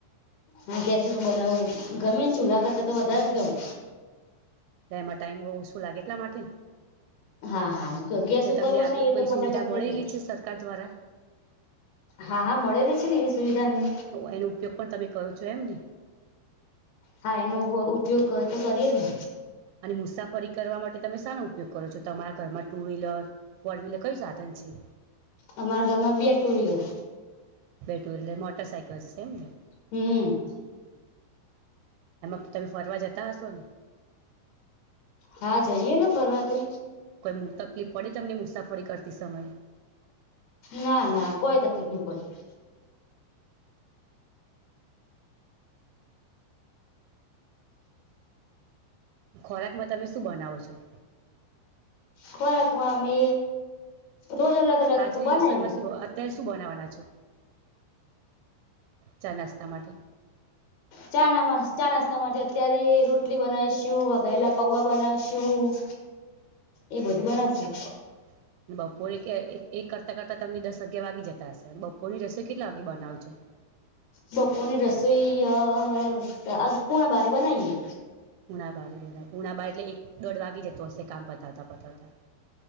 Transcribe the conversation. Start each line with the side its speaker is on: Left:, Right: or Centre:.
Left: ના ગેસ ઉપર બનાવવું ગમે ને ચૂલા કરતા તો વધારે જ ગમે
Right: એમાં ટાઈમ ઓછો લાગે એટલા માટે
Left: હા હા ગેસ ઉપર
Right: તમને
Left: બનાવીએ
Right: આવી કોઈ
Left: તો ફટાફટ
Right: સુવિધા
Left: થઈ
Right: મળેલી
Left: જાય
Right: છે સરકાર દ્વારા?
Left: હા, હા મળેલી છે ને એવી સુવિધા અમને
Right: એનો ઉપયોગ પણ તમે કરો છો એમને
Left: હા, એનો ઉપયોગ તો કરીયે જ ને
Right: અને મુસાફરી કરવા માટે તમે શાનું ઉપયોગ કરો છો તમારા ઘરમાં ટુ વ્હીલર ફોરવીલર કયું સાધન છે.
Left: અમારા ઘરમાં બી ટુ વ્હીલર
Right: બે ટું વહીલર એટલે મોટર સાયકલ છે એમ ને
Left: હમ
Right: એમાં તમે ફરવા જતા હશો ને
Left: હા જઈએ ને ફરવા તો
Right: કોઈ તકલીફ પડે તમને મુસાફરી કરતી સમયે
Left: ના ના કોઈ તકલીફ નહી પડતી
Right: ખોરાકમાં તમે શું બનાવો છો
Left: ખોરાકમાં મે રોજ અલગ અલગ
Right: આજની
Left: બનાવીએ
Right: રસોઈમાં શું અત્યારે શું બનાવવાના છો ચા નાસ્તા માટે
Left: ચા ના ચા નાસ્તા માટે અત્યારે રોટલી બનાવીશું વગાયેલા પૌવા બનાવીશું એ બધું
Right: સરસ
Left: બનાવશું
Right: બપોરે એક એક કરતાં કરતાં તમને દસ અગિયાર વાગી જતા હશે બપોરની રસોઈ કેટલા વાગે બનાવો છો
Left: બપોર ની રસોઈ આ પોણા બારએ બનાવીએ
Right: પૂણા બાર પૂણા બાર એટલે એક દોઢ વાગી જતો હશે કામ પતાવતા પતાવતા?